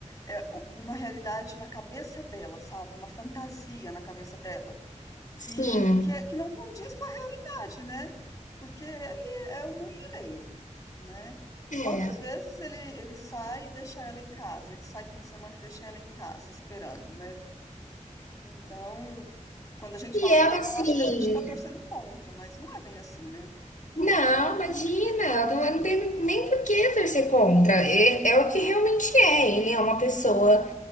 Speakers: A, on the left; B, on the left.
A: é, um- uma realidade na cabeça dela, sabe? Uma fantasia na cabeça dela.
B: Sim,
A: e que, é- que não condiz com a realidade, né? Porque ele é um mulherengo, né?
B: é.
A: Quantas vezes ele, ele sai e deixa ela em casa? Ele sai fim de semana e deixa ela em casa, esperando, né? Então, quando a gente
B: E
A: fala
B: ela,
A: pra ela,
B: assim,
A: ela acha que a gente tá torcendo contra, mas não é bem assim, né?
B: Não, imagina, eu não eu não tenho nem por que torcer contra. É, é o que realmente é. Ele é uma pessoa